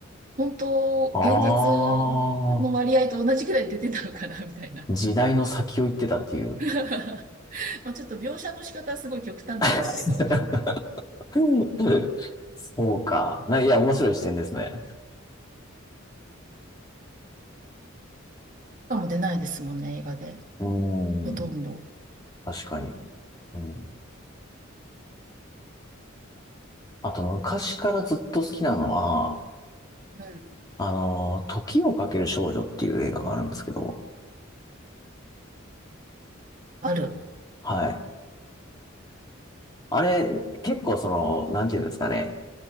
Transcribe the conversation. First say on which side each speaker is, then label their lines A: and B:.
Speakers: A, on the right; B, on the left.
A: 本当、
B: あ
A: 現実の割合と同じくらい出てたのかな、みたいな。
B: あ、時代の先を行ってたっていう。
A: <laughs> まあちょっと描写の仕方はすごい極端なんですけど。
B: <laughs> うんそうか。な、いや、面白い視点ですね。
A: かも出ないですもんね、映画で。
B: うん、
A: ほとんど。
B: うん確かに。うん。あと、昔からずっと好きなのは、
A: うん。
B: あの、時をかける少女っていう映画があるんですけど、
A: ある。
B: はい。あれ、結構その、なんていうんですかね、